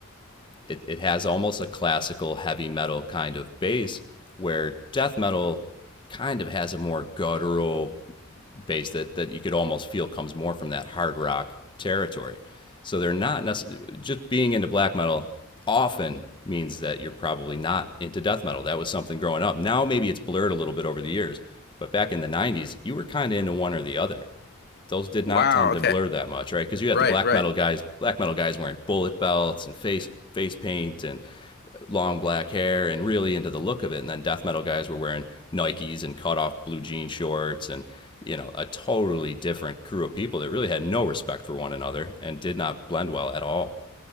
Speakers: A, on the left; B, on the left.
A: it, it has almost a classical heavy metal kind of bass where death metal kind of has a more guttural bass that that you could almost feel comes more from that hard rock territory. So they're not necessarily just being into black metal often means that you're probably not into death metal. That was something growing up. Now maybe it's blurred a little bit over the years, but back in the 90s, you were kind of into one or the other those did
B: Wow.
A: not tend to
B: Okay.
A: blur that much, right? Because you
B: Right.
A: had the black
B: Right.
A: metal guys, black metal guys wearing bullet belts and face face paint and uh, long black hair and really into the look of it. And then death metal guys were wearing Nikes and cut off blue jean shorts and you know a totally different crew of people that really had no respect for one another and did not blend well at all.